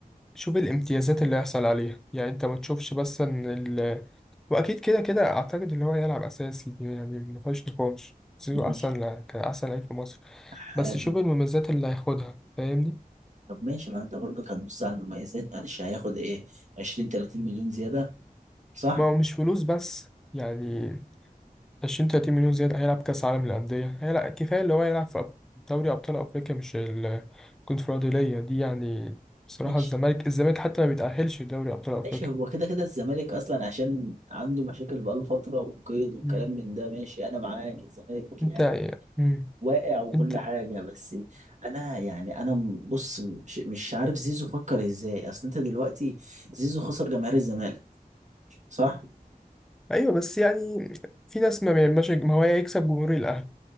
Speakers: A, in the centre; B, on the right.
A: شوف الامتيازات اللي هيحصل عليها يعني انت ما تشوفش بس ان واكيد كده كده اعتقد اللي هو يلعب اساسي يعني ما فيهاش نقاش زيزو
B: ماشي
A: احسن كان احسن لعيب في مصر
B: حلو
A: بس شوف المميزات اللي هياخدها فاهمني
B: طب ماشي ما انت برضك هتبص على المميزات معلش هياخد ايه 20 30 مليون زياده صح
A: ما هو مش فلوس بس يعني 20 30 مليون زيادة هيلعب كاس عالم للانديه هيلعب كفايه اللي هو يلعب في أب- دوري ابطال افريقيا مش الكونفدراليه دي يعني بصراحه
B: ماشي
A: الزمالك الزمالك حتى ما بيتاهلش لدوري ابطال افريقيا
B: ماشي هو كده كده الزمالك اصلا عشان عنده مشاكل بقاله فتره وقيد والكلام
A: مم.
B: من ده ماشي انا معاك الزمالك يعني
A: انت مم.
B: واقع وكل
A: انت
B: حاجه بس انا يعني انا م- بص مش, مش عارف زيزو فكر ازاي اصل انت دلوقتي زيزو خسر جماهير الزمالك صح
A: ايوه بس يعني في ناس ما بيعملش ما هو هيكسب جمهور الاهلي